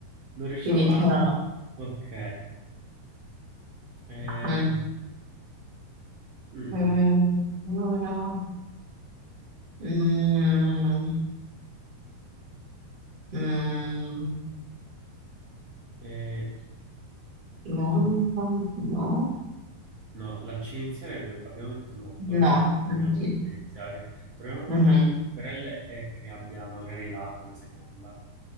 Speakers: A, on the right (about 70°); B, on the right (about 15°).
A: Non riusciamo
B: Quindi
A: a...
B: c'è una...
A: Ok. Eh,
B: no,
A: mm, mm,
B: mm.
A: mm.
B: Eh, allora, mm, mm,
A: Eh,
B: Londra,
A: cavolo.
B: no?
A: No, la C iniziale do- abbiamo detto no,
B: No,
A: con la L
B: non
A: dobbiamo
B: ci-
A: farla iniziare. Troviamo una
B: mhm.
A: parola che per L e che abbia magari la come seconda.